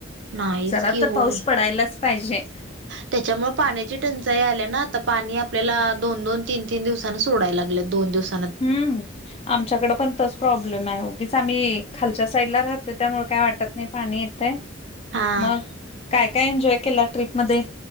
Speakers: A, on the right; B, on the left.
A: नाहीच
B: जरा
A: की
B: तर
A: होय
B: पाऊस पडायलाच पाहिजे
A: त्याच्यामुळे पाण्याची टंचाई आल्या ना, आता पाणी आपल्याला दोन दोन तीन तीन दिव सोडाय लागलय दोन दोन दिवस
B: हम्म आमच्याकडे पण तोच प्रॉब्लेम प्रब्लेम आहे उगीच आम्ही खालच्या साईड ला राहतोय त्यामुळे काय वाटत नाही पाणी येतंय.
A: हा
B: मग काय काय एन्जॉय केला ट्रिपमध्ये.